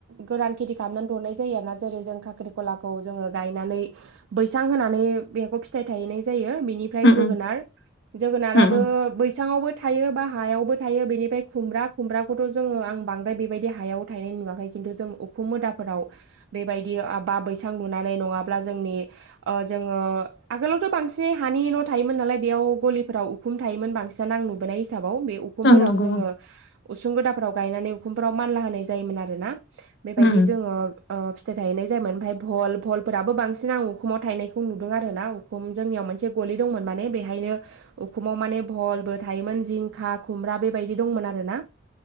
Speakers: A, on the right; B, on the left.
A: गोरान खेथि खालामनानै दौनाय जायो आरोना जेरै जों खाख्रिखलाखौ जोङो गायनानै बैसां होनानै बेखौ फिथाइ थाहैनाय जायो बिनि फ्राय
B: उम
A: जोगोनार
B: उम
A: जोगोनाराबो
B: उम उम
A: बैसाङावबो थायो बा हायावबो थायो बेनिफ्राय खुमब्रा खुमब्राखौथ' जोङो आं बांद्राय बेबायदि हायाव थायनाय नुवाखै खिन्थु जों उखु मोदाफोराव बेबायदि आब बा बैसां लुनानै नङाब्ला जोंनि ओ जोंगो आगोलावथ' बांसिन एसे हानि न' थायोमोन नालाय बेयाव गलिफोराव उखुम थायोमोन बांसिन नां नुबोनाय हिसाबाव बे उखुमफोराव
B: ओं नंगौ
A: जोङो
B: ओं
A: उसुं गोदाफोराव गायनानै उखुमफोराव मानला होनाय जायोमोन आरो ना। बेबायदि
B: उम
A: जोङो ओ फिथाइ थाहैनाय जायोमोन ओमफ्राय भल भलफोराबो बांसिन औ उखुमाव थायनायखौ नुदों आर ना उखुम जोंनियाव मोनसे गलि दंमोन माने बेहायनो उखुमाव माने भहलबो थायोमोन जिंखा खुमब्रा बेबायदि दंमोन आरो ना